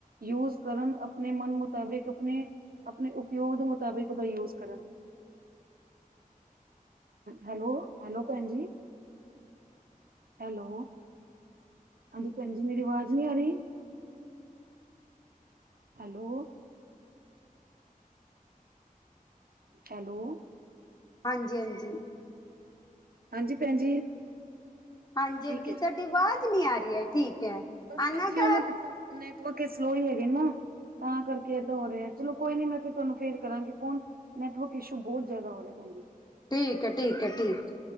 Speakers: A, on the right; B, on the left.
A: ਯੂਜ ਕਰਨ ਆਪਣੇ ਮਨ ਮੁਤਾਬਿਕ ਆਪਣੇ ਆਪਣੇ ਉਪਯੋਗ ਦੇ ਮੁਤਾਬਿਕ ਉਹਦਾ ਯੂਜ ਕਰਨ
B: ਹ
A: ਹੈਲੋ ਹੈਲੋ ਭੈਣ ਜੀ ਹੈਲੋ ਹਾਂਜੀ ਭੈਣਜੀ ਮੇਰੀ ਅਵਾਜ਼ ਨਹੀਂ ਆ ਰਹੀ ਹੈਲੋ ਹੈਲੋ
B: ਹਾਂਜੀ, ਹਾਂਜੀ
A: ਹਾਂਜੀ ਭੈਣ ਜੀ
B: ਹਾਂਜੀ,
A: ਠੀਕ
B: ਹਾਂਜੀ
A: ਹੈ
B: ਤੁਹਾਡੀ
A: ਜੀ
B: ਆਵਾਜ਼ ਨੀ ਆ ਰਹੀ ਹੈ। ਠੀਕ ਹੈ
A: ਬਸ
B: ਆਨਾ
A: ਭੈਣ ਜੀ
B: ਘਰ
A: ਉਹ ਨਾ ਪਿੱਛੋਂ ਨੈਟਵਰਕ ਸਲੋ ਹੀ ਹੈਗੇ ਨਾ ਤਾਂ ਕਰਕੇ ਇਦਾ ਹੋ ਰਿਹਾ ਚਲੋ ਕੋਈ ਨੀ ਮੈਂ ਤੁਹਾਨੂੰ ਫੇਰ ਕਰਾਂਗੀ ਫੋਨ ਨੈਟਵਰਕ ਇਸ਼ੂ ਬਹੁਤ ਜ਼ਿਆਦਾ ਹੋ ਰਿਹਾ ਭੈਣਜੀ।
B: ਠੀਕ ਹੈ, ਠੀਕ ਹੈ, ਠੀਕ